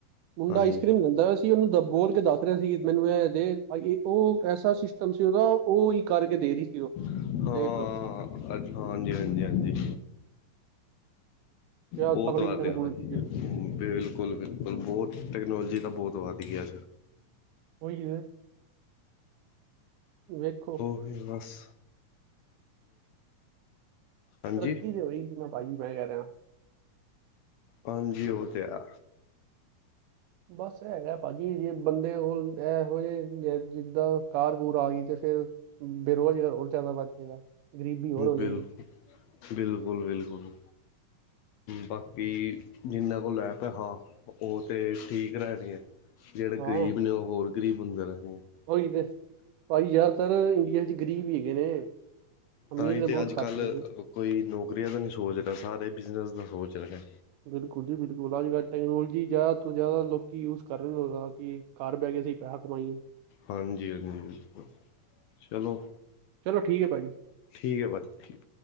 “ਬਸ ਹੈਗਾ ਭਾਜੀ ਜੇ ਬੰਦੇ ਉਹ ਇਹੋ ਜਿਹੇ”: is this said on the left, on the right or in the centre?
Right